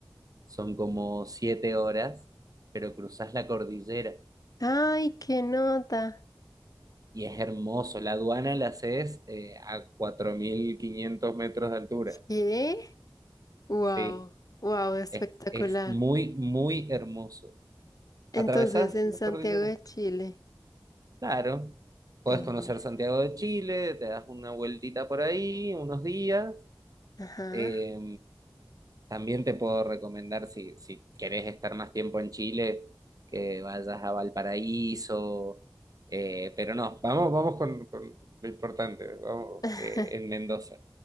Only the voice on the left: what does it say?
Ay, qué nota.
¿Qué? Wow,
wow, espectacular.
Entonces,
en
Santiago
de Chile,
el
Liz.
Ajá,
<laughs>